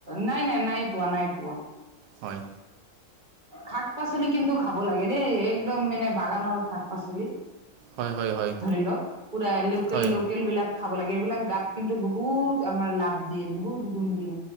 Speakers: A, on the right; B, on the right.
A: নাই নাই নাই পোৱা নাই পোৱা।
B: হয়।
A: শাক পাচলি কিন্তু খাব লাগে দেই একদম মানে বাগানৰ শাক পাচলি।
B: হয় হয় হয়
A: ধৰি লওক পুৰা লোকেল
B: হয়
A: লোকেল বিলাক। খাব লাগে। এইবিলাক গাত কিন্তু বহুত আমাৰ লাভ দিয়ে, বহুত গুণ দিয়ে।